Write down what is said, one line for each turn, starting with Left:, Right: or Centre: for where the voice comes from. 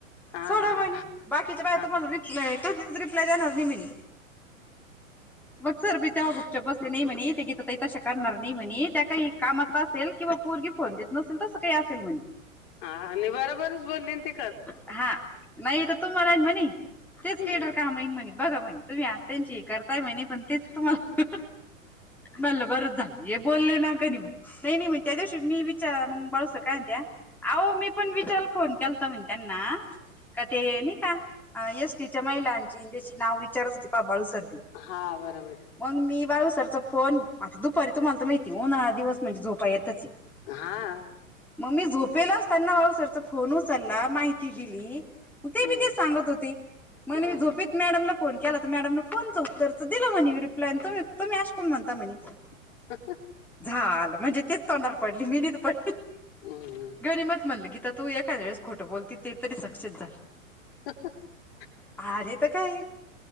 Left: हा
Centre: सोडा
Left: हा
Centre: मणी, बाकीच्या बाया
Left: हा
Centre: तुम्हाला रिप्लाय त तच रिप्लाय देणार म्हणे,, मग सरबी तेवा बस नाही म्हणे, ते गीता तशा शकणार नाही म्हणे, त्या काही कामात असेल किंवा पूरगी फोन दे नसेल तसं काही असेल म्हणे.
Left: हा, आणि बराबरच बोलले ते.
Centre: हा,, नाही तर तूमाला आहे म्हणे,, तेच
Left: हम्म.
Centre: केडर कामहीन म्हणे. बघा म्हणे, तुम्ही आज त्यांची हे करताय म्हणे पण तेच तुम्हाला,, म्हणलं बरंच झालं. हे बोलले ना कधी,, नाही मग नाही नाही मग त्या दिवशी मी विचार मग बाळसत काय त्या अहो मी पण विचाराला फोन केलता म्हणे त्यांना, का ते नाही का अ यस तिच्या महिलांचे त्याची नाव विचारत होते पा बाळू सर.
Left: हा बरोबर. आहे
Centre: म्हणून मी बाळूसरचा फोन, आता दुपारी तुम्हाला तर माहिती ऊन्हाळा दिवस म्हणजे झोपा येतचे.
Left: हां.
Centre: मग मी झोपेला असताना बाळू सरचा फोन उचलला माहित ती दिली,, म ते
Left: हम्म
Centre: बी तेच सांगत होती, म्हणे
Left: हा
Centre: मी झोपत मॅडमला फोन केला तर मॅडमने फोनचं उत्तरचं दिलं म्हणे,, रिप्लाय आणि तुमी अशा काऊन म्हणता म्हणे.
Left: <unintelligible>
Centre: झालं, म्हणजे तेच तोंडार पडली मिनैच पडली.
Left: हम्म
Centre: री मत म्हणलं गीता तू एखाद वळेस खोटं बोलती ते तरी सक्षित झालं.
Left: <unintelligible>
Centre: अरे तर काय,,